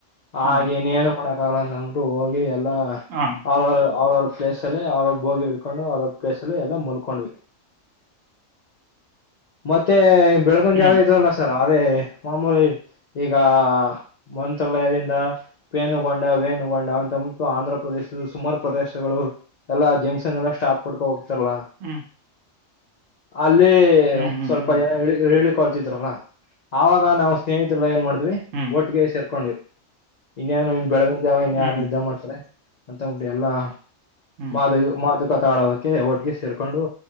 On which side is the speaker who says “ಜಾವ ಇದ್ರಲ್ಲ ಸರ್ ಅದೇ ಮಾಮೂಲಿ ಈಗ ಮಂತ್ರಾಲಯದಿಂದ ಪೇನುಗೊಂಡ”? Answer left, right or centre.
Left